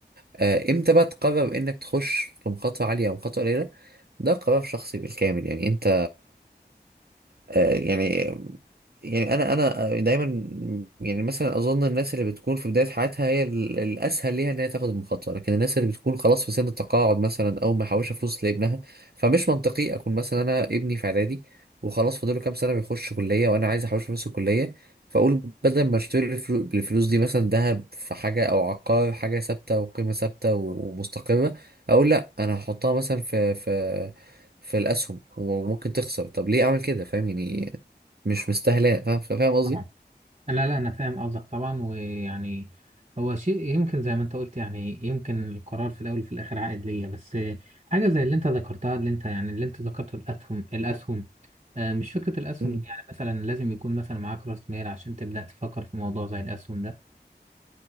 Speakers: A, on the right; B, on the right.
A: آه، امتى بقى تقرر انك تخش في مخاطره عاليه او مخاطره قليله ده قرار شخصي بالكامل يعني انت آه، يعني يعني انا انا آه، دايما يعني مثلا اظن الناس اللي بتكون في بدايه حياتها هي ال- الاسهل ليها ان هي تاخد المخاطره لكن الناس اللي بتكون خلاص في سن التقاعد مثلا او محوشه فلوس لابنها فمش منطقي اكون مثلا انا ابني في اعدادي وخلاص فاضل له كام سنه بيخش كليه وانا عايز احوش فلوس الكليه فاقول بدل ما اشتري الفلو- الفلوس دي مثلا ذهب في حاجه او عقار حاجه ثابته وقيمه ثابته ومستقره اقول لا انا هحطها مثلا في في في الاسهم وممكن تخسر طب ليه اعمل كده فاهم يعني مش مستاهله فاهم فاهم قصدي
B: طبعا لا لا انا فاهم قصدك طبعا ويعني هو شيء يمكن زي ما انت قلت يعني يمكن القرار في الاول وفي الاخر عائد ليا بس حاجه زي اللي انت ذكرتها اللي انت يعني اللي انت ذكرته الاسهم الاسهم آه، مش فكره الاسهم
A: مم.
B: دي يعني مثلا لازم يكون مثلا معاك راس مال عشان تبدا تفكر في موضوع زي الاسهم ده